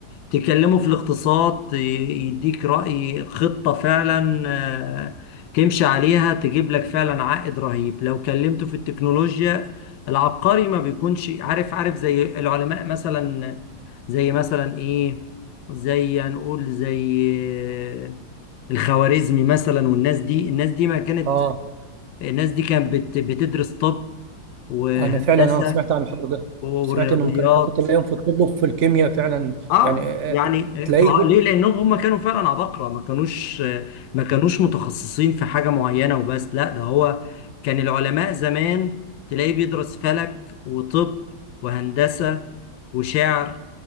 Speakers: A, on the left; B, on the right.
A: تكلمه في الاقتصاد ي- يديك رأي خطة فعلا آه، تمشي عليها تجيب لك فعلا عائد رهيب لو كلمته في التكنولوجيا العبقري ما بيكونش عارف عارف زي العلماء مثلا زي مثلا ايه زي هنقول زي آه، الخوارزمي مثلا والناس دي الناس دي ما كانت
B: اه
A: الناس دي كانت بت- بتدرس طب وهندسة
B: انا فعلا اه سمعت عن الحوار ده
A: ورياضيات
B: سمعت انهم كانوا ممكن تلاقيهم في الطب وفي الكيمياء فعلا
A: اه
B: يعني آه،
A: يعني
B: آه، تلاقيه
A: فه- ليه لانهم هم كانوا فعلا عباقرة ما كانوش ما كانوش متخصصين في حاجة معينة وبس لا ده هو كان العلماء زمان تلاقيه بيدرس فلك وطب وهندسة وشعر